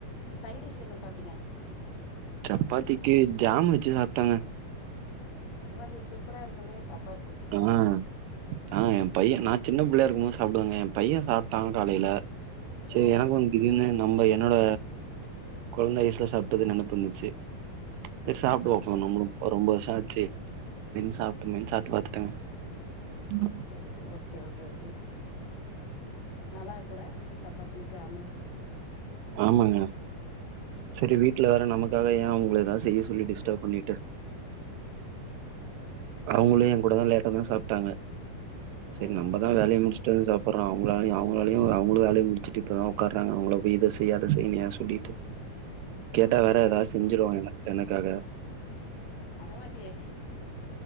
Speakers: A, on the left; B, on the right.
A: சைடிஷ் என்ன சாப்ட்டீங்க
B: சப்பாத்திக்கு ஜாம் வச்சு சாப்ட்டங்க
A: பரவால்லயே சூப்பரா இருக்குமே சப்
B: ஆ ஆ ஏ பைய நா சின்ன பிள்ளையா இருக்கும் போது சாப்டுவங்க ஏ பைய சாப்ட்டாங்க காலையில சரி
A: ஓ
B: எனக்கு
A: ஓ ஓ.
B: திடீர்னு நம்ம என்னோட கொழந்த வயஸ்ல சாப்ட்டது நெனப்பு வந்துச்சு சரி சாப்டுவோ
A: பரவால்ல
B: நம்மளு இப்போ ரொம்ப வருஷ ஆச்சு மின் சாப்ட்டு மீன் சாப்ட்டு பாத்த ஆ
A: ஓ ஓகே ஓகே ஓகே நல்லா இருக்குல்ல சப்பாத்தி ஜாமு
B: ஆமாங்க சரி வீட்ல வர நமக்காக ஏ உங்க ஏதாவது செய்ய சொல்லி டிஸ்டர்ப் பண்ணிட்டு அவங்களு ஏ கூடதா லேட்டா தா சாப்ட்டாங்க சரி
A: ஓ
B: நம்மதா வேலைய முடிச் சாப்பற அவங்களாலையு அவங்களாலையு அவங்களு வேலையு முடிச்சுட்டு இப்பதா உக்காறாங் அவங்கள போ இத செய் செய்யாத செய்னியா சொல்லிட்டு கேட்ட
A: பரவாயில்ல
B: வேற ஏதாவது செஞ்சிருவாங்க என எனக்காக
A: பரவால்லயே